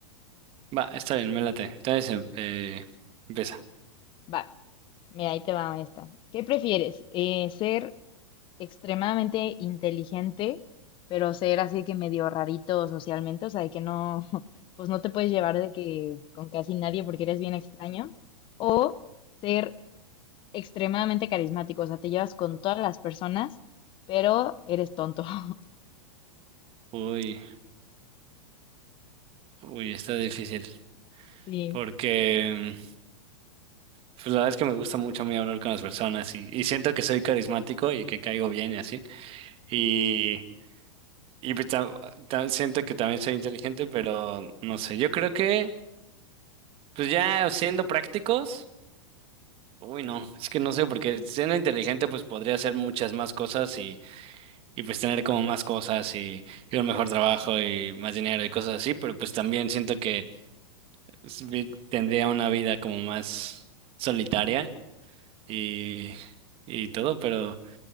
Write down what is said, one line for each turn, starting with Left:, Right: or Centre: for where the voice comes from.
Right: Va, está bien, me late. Entonces, em- eh, empieza.
Left: Va, mira, ahí te va esta. ¿Qué prefieres? Eh, ¿ser extremadamente inteligente, pero ser así que medio rarito socialmente, o sea, de que no, <laughs> pues no te puedes llevar de que con casi nadie porque eres bien extraño, o ser extremadamente carismático, o sea, te llevas con todas las personas, pero eres tonto. <laughs>
Right: Uy, uy, está difícil.
Left: Sí,
Right: Porque, em, pues la verdad es que me gusta mucho a mí hablar con las personas y, y siento que soy carismático y que caigo bien y así. Y, y pues tam- tam- siento que también soy inteligente, pero no sé. Yo creo que, pues ya siendo prácticos, uy, no, es que no sé, porque siendo inteligente, pues podría hacer muchas más cosas y pues tener como más cosas y, y un mejor trabajo y más dinero y cosas así, pero pues también siento que s- vi- tendría una vida como más solitaria y, y todo, pero